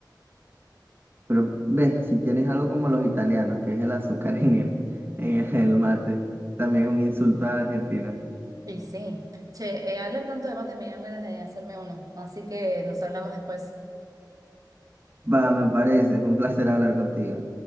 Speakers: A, on the right; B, on the right.
A: pero ves, si tienes algo como los italianos, que es el azúcar en el, en el mate, también es un insulto a Argentina.
B: Y sí. Che, eh, hablar tanto de mate me dan ganas de hacerme uno, así que nos hablamos después.
A: Va, me parece, fue un placer hablar contigo.